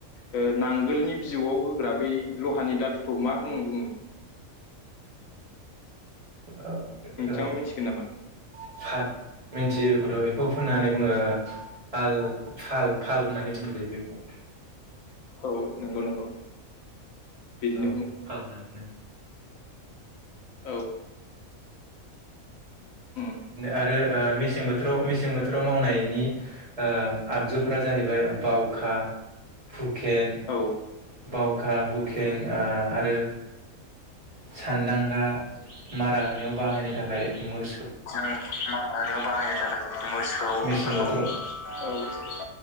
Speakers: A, on the left; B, on the right.
A: ओ नांगोलनि बिजौआव होग्रा बै लहानि दाथुखौ मा मुं बुंङो
B: औ बेखौथ'
A: नोंथाङा मिथिगोन नामा
B: सान मिथियो बेखौथ' बेखौ होननानै बुङो फाल फाल फाल होननानै बुङो बे बेखौ
A: औ नंगौ नंगौ बिदिनो
B: औ
A: बुङो
B: बेखौ खालामनानै मो
A: औ उम
B: आरो ओ मेसें बोथोराव मेसें बोथोर फोराव मावनायनि ओ आगजुफोरा जाहैबाय बावखा हुकेन
A: औ
B: बाव खा हुकेन ओ आरो सानदांगा मारा होनायाव बाहायनो थाखाय मो
A: जों मारा होनायाव बाहायनो थाखाय मोसौ
B: मेसें
A: बेफोरखौ
B: बोथोराव
A: औ